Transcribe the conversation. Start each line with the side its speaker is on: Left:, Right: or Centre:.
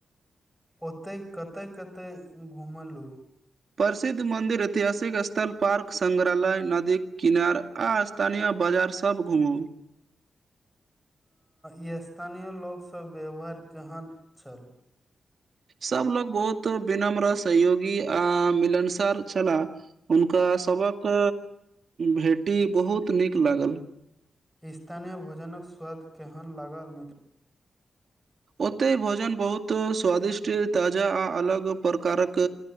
Centre: ओतय कत कतऽ घुमलहुँ
Right: प्रसिद्ध मन्दिर ऐतिहासिक स्थल पार्क संगग्रहालय नदी किनार आ स्थानीय बाजार सब घूमू
Centre: ई स्थानीय लोकसभ व्यवहार केहन छल
Right: सब लोग बहुत विनम्र सहयोगी आ मिलनसर छला हुनका सभक भेटी बहुत नीक लागल
Centre: स्थनीय भोजनक स्वाद केहन लागल
Right: ओते भोजन बहुत स्वादिष्ट ताजा आ अलग प्रकारक